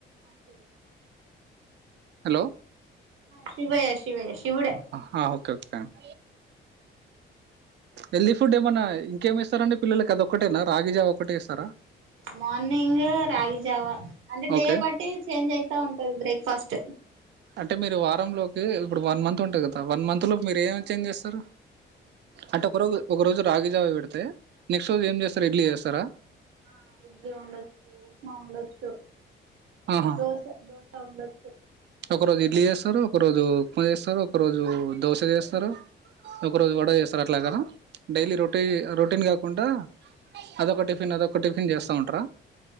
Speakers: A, on the right; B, on the right.
A: సేవండి
B: హలో
A: శివయ శివయ శివుడే
B: హా ఓకే ఓకేండి హెల్తీ ఫుడ్ ఏమైనా ఇంకేమి ఇస్తార అండి పిల్లలకిఅదొక్కటేన రాగిజావ వక్కటే ఇస్తారా
A: మార్నింగ్ రాగిజావా అంటే
B: ఓకే
A: డే బట్టి చేంజ్ అయితా ఉంటది బ్రేక్ఫాస్ట్
B: అంటే మీరు వారంలోకి ఇప్పుడు వన్ మంత్ ఉంటది కదా వన్ మంత్ లో మీరు ఏమ్ ఎక్చేంజ్ చేస్తారు అంటే ఒక రోజు ఒక రోజు రాగిజావ పెడితే నెక్స్ట్ రోజు ఏం చేస్తారా ఇడ్లీ చేస్తారా
A: ఆ ఇడ్లీ ఉండొచ్చు ఉప్మా ఉండొచ్చు
B: ఆహా
A: దోస దోస ఉండొచ్చు
B: ఒక రోజు ఇడ్లీ చేస్తారు ఒక రోజు ఉప్మా చేస్తారు ఒక రోజు దోశ చేస్తారు
A: ఆ
B: ఒక రోజు వడ చేస్తారు అట్లాగదా డైలీ
A: ఆ అట్లా
B: రొటీ
A: డిఫరెంట్ డిఫరెంట్
B: రొటీన్ కాకుండా అదొక టిఫిన్ అదొక టిఫిన్ చేస్తా ఉంటారా